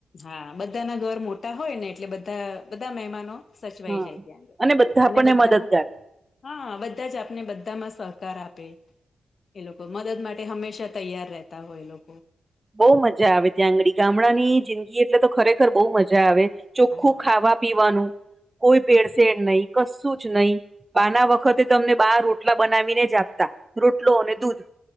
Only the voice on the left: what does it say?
હા બધાના ઘર મોટા હોય ને એટલે બધા બધા મહેમાનો સચવાઈ
જાય ત્યાં આગળ
અને
બધ્ધા
હા બધા જ આપને બધામાં સહકાર આપે એ લોકો મદદ માટે હંમેશા તૈયાર રહેતા હોય એ લોકો
હા